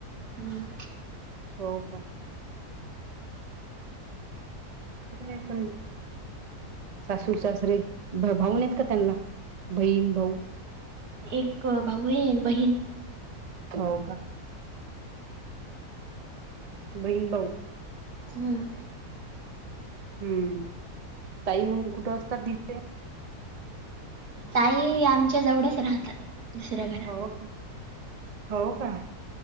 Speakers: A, on the right; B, on the right.
A: हम्म.
B: हो.... का? तस नाही पण सासू -सासरे भाऊ नाहीत का त्यांना बहीण भाऊ?
A: एक भाऊ आहे ऐक बहीण
B: हो..... का? बहीण -भाऊ
A: हम्म
B: हम्म ताई मग कुठं वाजता दिले.
A: ताई आमच्या जवळच राहतात. दुसऱ्या घरात
B: हो का हो का